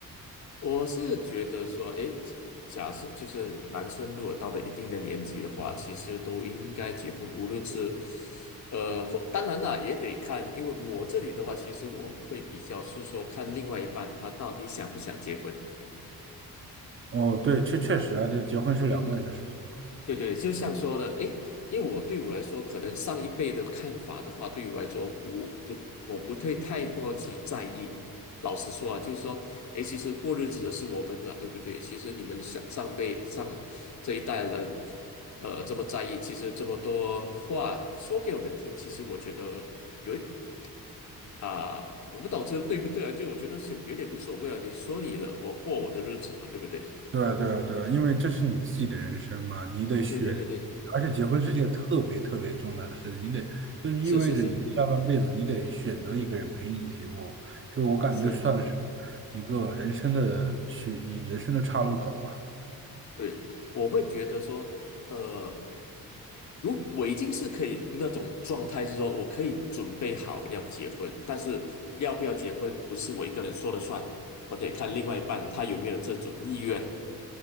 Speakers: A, on the left; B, on the right.
A: 我是觉得说，诶，假设就是男生如果到了一定的年纪的话，其实都应该结婚，无论是，呃，或当然啦，也得看，因为我这里的话，其实我会比较是说看另外一半他到底想不想结婚。
B: 哦，对，确确实啊，这结婚是两个人的事情。
A: 嗯对对，就像说的，诶，因为我对我来说，可能上一辈的看法的话，对我来说不不，我不会太过去在意。老实说啊，就是说，诶，其实过日子的是我们嘛，对不对？其实你们上上辈上这一代人，呃，这么在意，其实这么多话说给我们听，其实我觉得有一啊、我不懂这对不对啊？就我觉得是有点无所谓啊，你说你的，我过我的日子嘛，对不对？
B: 对对对，因为这是你自己的人生嘛，你得选，
A: 对对对对，
B: 而且结婚是件特别特别重要的事情，你得就是意味着你的下半辈子你得选择一个人陪你一起过，
A: 是是是
B: 就我感觉就算是
A: 是。
B: 一个人生的是一人生的岔路口吧。
A: 对，我会觉得说，呃，如我已经是可以那种状态，是说我可以准备好要结婚，但是要不要结婚不是我一个人说了算，我得看另外一半他有没有这种意愿，